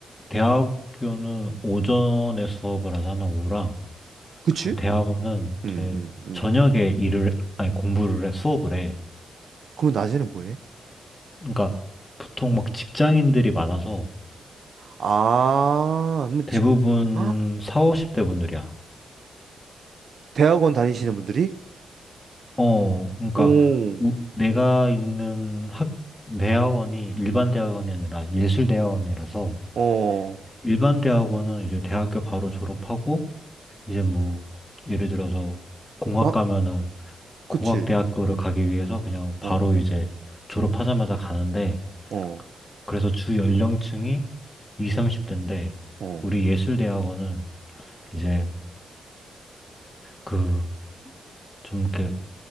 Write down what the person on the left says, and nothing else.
대학교는 오전에 수업을 하잖아, 오후랑.
대학원은
이제
저녁에 일을, 아니, 공부를 해, 수업을 해.
그러니까 보통 막 직장인들이 많아서
대부분
4, 50대 분들이야.
어, 그러니까
우- 내가 있는 학 대학원이 일반 대학원이 아니라 예술 대학원이라서
일반 대학원은 이제 대학교 바로 졸업하고 이제 뭐 예를 들어서 공학
가면은 공학
대학교를 가기 위해서 그냥 바로
이제 졸업하자마자 가는데
그래서 주 연령층이 20, 30대인데
우리 예술 대학원은 이제 그 좀 이렇게